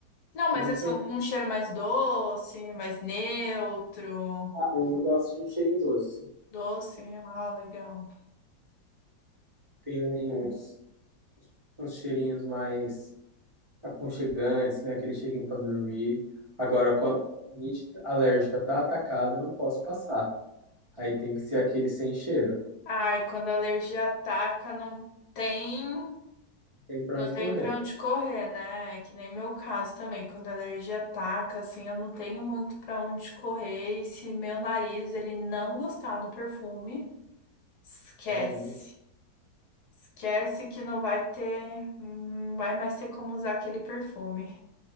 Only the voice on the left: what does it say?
Não,
mas
assim,
um um cheiro mais doce, mais neutro.
Doce, ah, legal.
Ai, quando a alergia ataca, não tem,
não
tem
pra onde correr, né? É que nem meu caso também. Quando a alergia ataca, assim, eu não tenho muito pra onde correr. E se meu nariz, ele não gostar do perfume, esquece.
Esquece que não vai ter, não vai mais ter como usar aquele perfume.